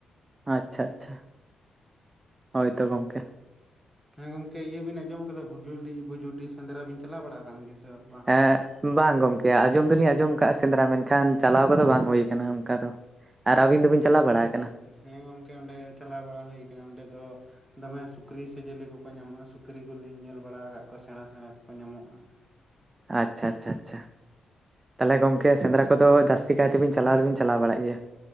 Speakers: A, on the right (about 20°); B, in the centre.
A: ᱟᱪᱪᱷᱟ ᱟᱪᱪᱷᱟ, ᱦᱳᱭ ᱛᱚ ᱜᱚᱝᱠᱮ ᱾
B: ᱦᱮᱸ ᱜᱚᱝᱠᱮ ᱤᱭᱟᱹ ᱵᱤᱱ ᱟᱸᱡᱚᱢ ᱠᱟᱫᱟ, ᱵᱷᱩᱡᱩᱰᱤ, ᱵᱷᱩᱡᱩᱰᱤ ᱥᱮᱸᱫᱽᱨᱟ ᱵᱤᱱ ᱪᱟᱞᱟᱣ ᱵᱟᱲᱟ ᱟᱠ ᱠᱟᱱ ᱜᱮᱭᱟ? ᱥᱮ ᱵᱟᱝ?
A: ᱦᱮᱸ ᱵᱟᱝ ᱜᱚᱢᱠᱮ᱾ ᱟᱸᱡᱚᱢ ᱫᱚᱞᱤᱧ ᱟᱸᱡᱚᱢ ᱟᱠᱟᱫᱼᱟ ᱥᱮᱸᱫᱽᱨᱟ, ᱢᱮᱱᱠᱷᱟᱱ ᱪᱟᱞᱟᱣ ᱠᱚᱫᱚ ᱵᱟᱝ ᱦᱩᱭ ᱠᱟᱱᱟ, ᱚᱱᱠᱟ ᱫᱚ ᱾ ᱟᱨ ᱟᱹᱵᱤᱱ ᱫᱚᱵᱤᱱ ᱪᱟᱞᱟᱣ ᱵᱟᱲᱟ ᱟᱠᱟᱱᱟ?
B: ᱦᱮᱸ ᱜᱚᱝᱠᱮ ᱚᱸᱰᱮ ᱪᱟᱞᱟᱣ ᱵᱟᱲᱟ ᱦᱩᱭ ᱟᱠᱟᱱᱟ, ᱚᱸᱰᱮ ᱫᱚ ᱫᱚᱢᱮ ᱥᱩᱠᱨᱤ ᱥᱮ ᱪᱤᱞᱤ ᱠᱚᱠᱚ ᱧᱟᱢᱚᱜᱼᱟ, ᱥᱩᱠᱨᱤ ᱠᱚᱞᱤᱧ ᱧᱮᱞ ᱵᱟᱲᱟ ᱟᱠᱟᱫ ᱠᱚᱣᱟ ᱥᱮᱬᱟ ᱥᱮᱬᱟ ᱠᱚᱠᱚ ᱧᱟᱢᱚᱜᱼᱟ ᱾
A: ᱟᱪᱪᱷᱟ, ᱟᱪᱪᱷᱟ, ᱟᱪᱪᱷᱟ᱾ ᱛᱟᱦᱞᱮ ᱜᱚᱝᱠᱮ ᱥᱮᱸᱫᱽᱨᱟ ᱠᱚᱫᱚ ᱡᱟᱹᱥᱛᱤ ᱠᱟᱭᱛᱮ ᱵᱮ ᱪᱟᱞᱟᱣ ᱫᱚᱵᱤᱱ ᱪᱟᱞᱟᱣ ᱵᱟᱲᱟᱜ ᱜᱮᱭᱟ ᱾